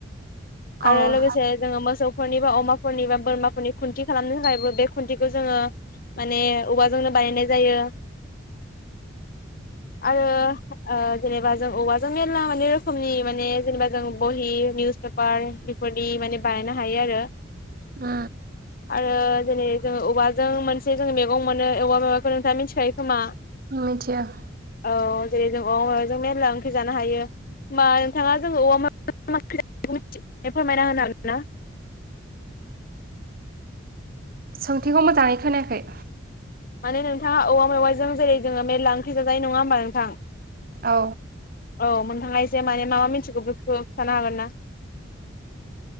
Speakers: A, on the left; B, on the right.
A: आरो
B: औ
A: लोगोसे जोङो मोसौफोरनि बा अमाफोरनि बा बोरमाफोरनि खुन्थि खालामनो थाखायबो बे खु खुन्थिखौ जोङो माने औवाजोंनो बानायनाय जायो। आरो ओ जेनेबा जों औवाजों मेरला माने रोखोमनि माने जेनेबा जों बहि, निउस पेपार बे बेफोरदि माने बानायनो हायो आरो
B: उम
A: आरो जेरै जोङो औवाजों मोनसे जों मेगं मोनो औवा मेवाइखौ नोंथाङा मिनथिखायो खोमा?
B: मिथिया ।
A: औ जेरै जों औवा मेवाइजों मेरला ओंख्रि जानो हायो। होमबा नोंथाङा जोङो औवा मेवा <unintelligible> फोरमायना होनो हागोन ना?
B: सोंथिखौ मोजाङै खोनायाखै।
A: माने नोंथाङा औवा मेवाइजों जेरै जोङो मेरला ओंख्रि जाजायो नङा होमबा नोंथां?
B: औ।
A: औ मोनथांआ ऐसो माने मा मा मिथिगौ बेखौ खिन्थानो हागोन ना? <inaudible>